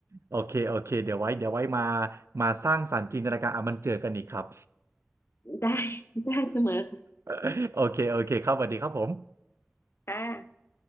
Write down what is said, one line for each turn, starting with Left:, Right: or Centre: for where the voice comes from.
Right: โอเคโอเคเดี๋ยวไว้เดี๋ยวไว้มามาสร้างสรรค์จินตนาการอ่ะมันเจอกันอีกครับ
Left: ได้ได้เสมอ
Right: <laughs> โอเคโอเคครับสวัสดีครับผม
Left: ค่ะ